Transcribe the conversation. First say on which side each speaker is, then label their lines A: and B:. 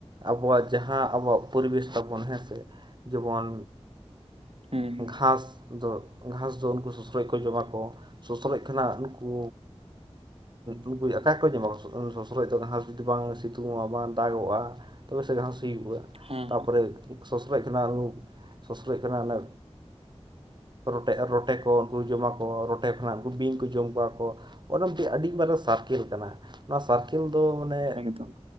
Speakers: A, on the right (about 40°); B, on the right (about 60°).
A: ᱟᱵᱚᱣᱟᱜ ᱡᱟᱦᱟᱸ ᱟᱵᱚᱣᱟᱜ ᱯᱚᱨᱤᱵᱮᱥ ᱛᱟᱵᱚᱱ ᱦᱮᱸᱥᱮ ᱡᱮᱢᱚᱱ
B: ᱦᱩᱸ
A: ᱜᱷᱟᱸᱥ ᱫᱚ ᱜᱷᱟᱸᱥ ᱫᱚ ᱩᱱᱠᱩ ᱥᱚᱥᱲᱚᱡ ᱠᱚ ᱡᱚᱢᱟ ᱠᱚ ᱥᱚᱥᱲᱚᱡ ᱠᱷᱚᱱᱟᱜ ᱩᱱᱠᱩ ᱩᱱᱠᱩ <inaudible> ᱢᱟ ᱥᱚᱥᱞᱚᱡ ᱫᱚ ᱜᱷᱟᱥ ᱡᱩᱫᱤ ᱵᱟᱝ ᱥᱤᱛᱩᱝᱚᱜᱼᱟ ᱵᱟᱝ ᱫᱟᱜᱚᱜᱼᱟ ᱛᱚᱵᱮ ᱥᱮ ᱜᱷᱟᱸᱥ ᱦᱩᱭᱩᱜᱼᱟ
B: ᱦᱩᱸ
A: ᱛᱟᱨᱯᱚᱨᱮ ᱥᱚᱥᱨᱚᱡ ᱠᱷᱚᱱᱟ <inaudible> ᱥᱚᱥᱨᱚᱡ ᱠᱷᱚᱱᱟ ᱚᱱᱟ ᱨᱚᱴᱮ ᱨᱚᱴᱮ ᱠᱚ ᱩᱱᱠᱩ ᱡᱚᱢᱟ ᱠᱚ ᱨᱚᱴᱮ ᱠᱷᱚᱱᱟᱜ ᱩᱱᱠᱩ ᱵᱤᱧ ᱠᱚ ᱡᱚᱢ ᱠᱚᱣᱟ ᱠᱚ ᱚᱱᱟ ᱢᱤᱫᱴᱮᱱ ᱟᱹᱰᱤ ᱢᱟᱨᱟᱝ ᱥᱟᱨᱠᱮᱞ ᱠᱟᱱᱟ ᱚᱱᱟ ᱥᱟᱨᱠᱮᱞ ᱫᱚ ᱢᱟᱱᱮ
B: ᱦᱮᱸ ᱮᱠᱫᱚᱢ